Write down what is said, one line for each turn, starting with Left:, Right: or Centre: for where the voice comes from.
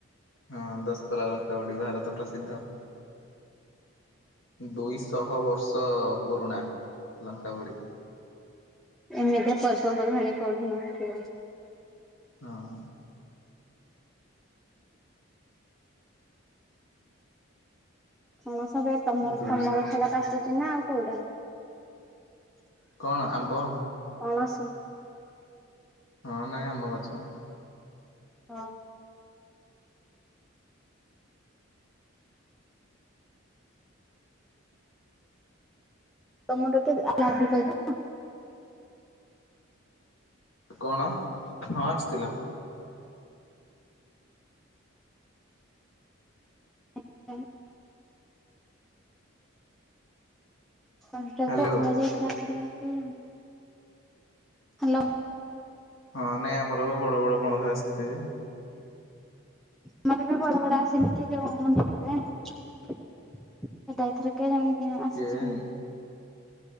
Left: ହଁ ଦସ୍ତଲା ଲଙ୍କଉଡ଼ି ଭାରତ ପ୍ରସିଦ୍ଧ। ଦୁଇଶହ ବର୍ଷ ପୁରୁଣା ଲଙ୍କା ପୁଡି।
Centre: ଏମିତି ପର୍ବପର୍ବାଣି କଉଠି ନଥିବ।
Left: ହଁ।
Centre: କଣ ସ ଏ ତମର
Left: ଦୁଇଶହ
Centre: ତମର
Left: ବର୍ଷ
Centre: ଛୁଆଟାକୁ ଆସୁଛି ନା ଆଉ କୋଉଟା?
Left: କଣ ଆମ୍ବ?
Centre: ପଣସ।
Left: ହଁ ନାଇଁ ଆମ ଗଛ।
Centre: ହଁ। ତମର କେତେ ଆଧିକ ଏଇଟା।
Left: କଣ ହଁ ଆସିଥିଲା।
Centre: <unintelligible> କଣ୍ଟ୍ରାକ୍ଟ
Left: ହ୍ୟାଲୋ
Centre: ଆସିଲା ଯେ ଏଥର ଆସିନାହାନ୍ତି ଆଉ। ହ୍ୟାଲୋ।
Left: ହଁ ନାଇଁ ଆମର ବି ବଡ ବଡ ପଣସ ଆସି ଯେ
Centre: ଆମର ବି ବଡ ବଡ ଆସିଲି କି ଯୋଉ <unintelligible> ଏଟା ଏଥର କେୟାଣି ଆସିଛି
Left: କେଜାଣି
Centre: କି ନାଇଁ?